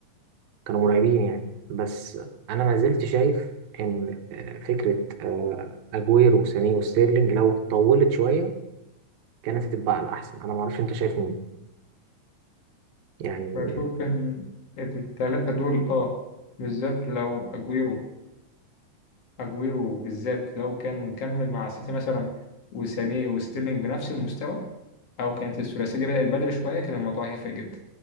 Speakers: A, on the right; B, on the left.
A: كانوا مرعبين يعني بس انا ما زلت شايف ان آه، فكره آه، اجويرو وسانيه وستيرلينج لو طولت شويه كانت هتبقى على الاحسن انا ما اعرفش انت شايف مين يعني
B: بشوف إن التلاتة دول اه بالذات لو أجويرو أجويرو بالذات لو كان كمل مع السيتي مثلا وسانيه وستيرلينج بنفس المستوى أو كانت الثلاثية دي بدأت بدري شوية كان الموضوع هيفرق جدا